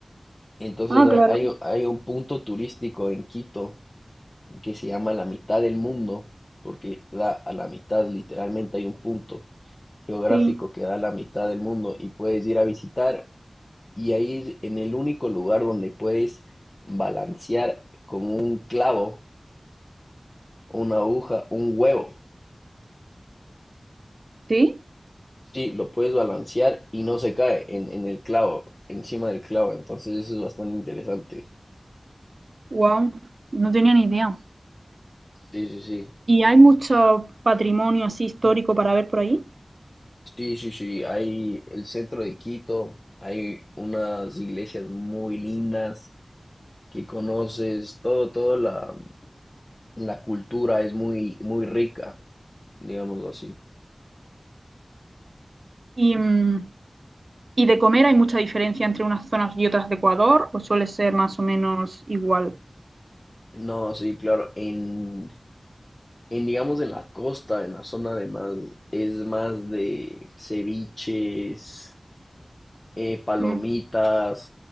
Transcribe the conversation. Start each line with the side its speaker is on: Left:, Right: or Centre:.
Left: Entonces
Right: ah,
Left: hay,
Right: claro,
Left: hay un- hay un punto turístico en Quito que se llama la mitad del mundo, porque da a la mitad, literalmente hay un punto geográfico
Right: sí.
Left: que da a la mitad del mundo y puedes ir a visitar y ahí es en el único lugar donde puedes balancear con un clavo, una aguja, un huevo.
Right: Sí,
Left: Sí, lo puedes balancear y no se cae en, en el clavo, encima del clavo. Entonces eso es bastante interesante.
Right: wow, no tenía ni idea.
Left: Sí, sí, sí.
Right: ¿Y hay mucho patrimonio así histórico para ver por ahí?
Left: Sí, sí, sí. Hay el centro de Quito, hay unas iglesias muy lindas que conoces, todo, toda la, la cultura es muy, muy rica, digámoslo así.
Right: Y, mm, ¿Y de comer hay mucha diferencia entre unas zonas y otras de Ecuador? ¿O suele ser más o menos igual?
Left: No, sí, claro. En, en, digamos, en la costa, en la zona de más, es más de ceviches, eh, palomitas,
Right: Mm.